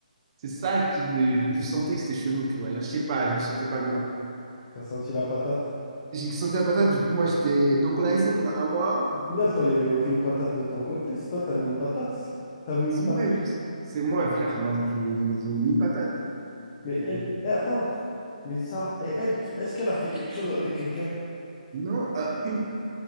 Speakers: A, on the right; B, on the left.
A: c'est ça que je, je sentais que c'était chelou, tu vois. Genre, je sais pas, je me sentais pas bien.
B: T'as senti la patate.
A: J'ai senti la patate, du coup, moi, j'étais. Donc, on a essayé pendant un mois.
B: Au final, toi, il n'y a eu aucune patate de ton côté. C'est toi, t'as mis une patate. T'as mis une
A: C'est
B: patate.
A: moi, je- c'est moi, frère, moi, j'ai fait mes j'ai mis une patate.
B: Mais
A: Mais
B: elle, eh, attends, mais ça, et elle, est-ce qu'elle a fait quelque chose avec quelqu'un?
A: non, euh, une,